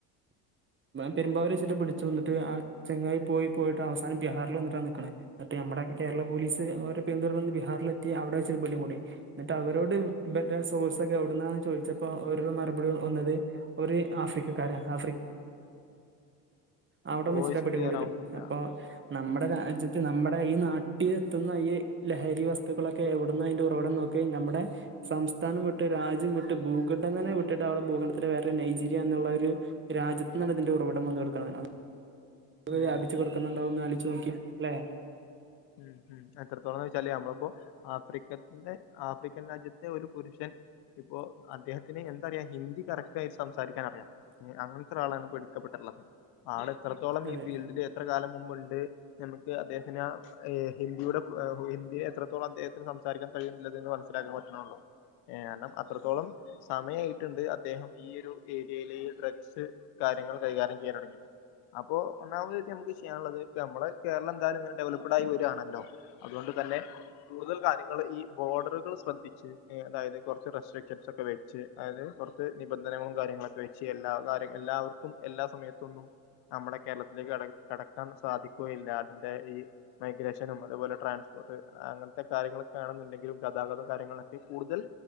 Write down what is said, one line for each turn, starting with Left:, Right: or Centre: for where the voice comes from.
Right: പെരുമ്പാവൂരച്ചിട്ട് പിടിച്ചു എന്നിട്ട് ആഹ് ചങ്ങായി പോയി പോയിട്ട് അവസാനം ജഹാറിൽ വന്നിട്ടാ നിക്കണേ ന്നട്ട് നമ്മടെ കേരള പോലീസ് അവരെ പിന്തുടന്ന് ബിഹാറിലെത്തി അവിടെ വച്ചിട്ട് പിടികൂടി എന്നിട്ട് അവരോട് ഇവരുടെ സോഴ്സൊക്കെ എവിടുന്നാന്ന് ചോദിച്ചപ്പോ അവരുടെ മറുപടി വന്നത് ഒര് ആഫ്രിക്കക്കാര ആഫ്രി അവിടം
Left: വോയിസ്
Right: വെച്ചിട്ടാ പിടികൂടിയത്
Left: ക്ലിയർ ആവുന്നില്ല
Right: അപ്പൊ നമ്മുടെ രാജ്യത്ത് നമ്മുടെ ഈ നാട്ടിലെത്തുന്ന ഈ ലഹരി വസ്തുക്കളൊക്കെ എവിടുന്ന അയിന്റെ ഉറവിടം നോ ക്കിയാൽ നമ്മുടെ സംസ്ഥാനം വിട്ട് രാജ്യം വിട്ട് ഭൂഖണ്ഡം തന്നെ വിട്ടിട്ട് അവടെ ഭൂഖണ്ഡത്തിലെ വേറെ നൈജീരിയ എന്നുള്ള ഒരു രാജ്യത്ത്ന്നാണ് ഇതിന്റെ ഉറവി ടം വന്ന് കെടക്കണത് പോ
Left: ഉം
Right: വ്യാപിച്ചു കെടക്കുന്നുണ്ടാവുന്ന് ആലോയിച് നോക്കിയെ അല്ലെ
Left: ഉം ഉം എത്രത്തോളംന്ന് വെച്ചാല് നമ്മളിപ്പോ ആഫ്രിക്കത്തിന്റെ ആഫ്രിക്കൻ രാജ്യത്തെ ഒരു പുരുഷൻ ഇപ്പോ അദ്ദേഹത്തിന് എന്താ അറിയാം ഹിന്ദി കറക് റ്റായി സംസാരിക്കാനറിയാം അങ്ങനത്തെ ഒരാളാണ് പിടിക്കപ്പെട്ടുള്ളത് ആള് എത്രത്തോളം ഈ
Right: അതെ
Left: ഫീൽഡില് എത്രകാലം മുമ്പുണ്ട് എന്നൊക്കെ അദ്ദേഹത്തിനാ ഏഹ് ഹിന്ദിയുടെ ഏഹ് ഹിന്ദി എത്രത്തോളം അദ്ദേഹത്തിന് സംസാരിക്കാൻ കഴിയുന്നില്ലത് അതിന്ന് മനസ്സിലാക്കാൻ പറ്റ്ണൊള്ളൂ. ഏഹ് രണം അത്രത്തോളം സമയായിട്ടുണ്ട് അദ്ദേഹം ഈയൊരു ഏരിയയിലെ ഈ ഡ്രഗ്സ് കാര്യങ്ങൾ കൈകാര്യം ചെയ്യാൻ തൊടങ്ങിട്ട് അപ്പോ ഒന്നാമതയിട്ട് നമുക്ക് ചെയ്യാനുള്ളത് ഇപ്പ നമ്മള് കേരളം എന്തായാലും ഇങ്ങനെ ഡെവലപഡ് ആയി വരാണല്ലോ അതോണ്ട് തന്നെ കൂടുതൽ കാര്യങ്ങള് ഈ ബോർഡറുകൾ ശ്രദ്ധിച്ച് അതായത് കുറച്ച് റെസ്ട്രിക്ഷൻസ് ഒക്കെ വെച്ച് അതായത് പൊറത്ത് നിബന്ധനകളും കാര്യങ്ങളൊക്കെ വെച്ച് എല്ലാ കാര്യങ്ങ എല്ലാവർക്കും എല്ലാ സമയത്തൊന്നും നമ്മുടെ കേരളത്തിലേക്ക് കട കടക്കാൻ സാധിക്കുകയില്ല അതിന്റെ ഈ മൈഗ്രേഷനും അതേപോലെ ട്രാൻസ്പോർട്ട് അങ്ങനത്തെ കാര്യങ്ങളൊക്കെ ആണെന്നുണ്ടെങ്കിലും ഗതാഗത കാര്യങ്ങളൊക്കെ കൂടുതൽ